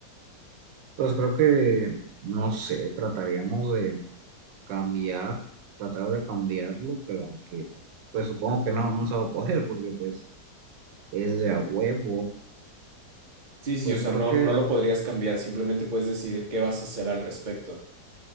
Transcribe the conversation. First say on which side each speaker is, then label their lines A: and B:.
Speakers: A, on the right; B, on the right.
A: Pues creo que, no sé, trataríamos de cambiar, tratar de cambiarlo, pero aunque, pues supongo que no, no se va a poder porque pues es de a huevo.
B: Sí, sí,
A: pues
B: o sea,
A: creo
B: no,
A: que,
B: no lo podrías cambiar, simplemente puedes decidir qué vas a hacer al respecto.